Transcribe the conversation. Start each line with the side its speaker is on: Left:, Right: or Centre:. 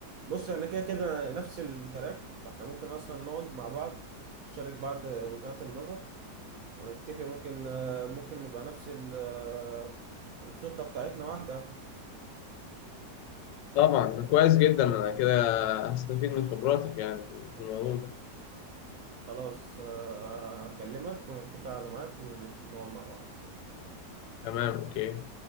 Right: بص احنا كده كده نفس التراك فاحنا ممكن أصلا نقعد مع بعض نشارك بعض وجهات النظر ونتفق ممكن آه، ممكن نبقى نفس ال- آه، الخطة بتاعتنا واحدة
Left: طبعا كويس جدا أنا كده هستفيد من خبراتك يعني في الموضوع ده
Right: خلاص آه، آه، أكلمك ونتفق على ميعاد ونقعد مع بعض
Left: تمام أوكي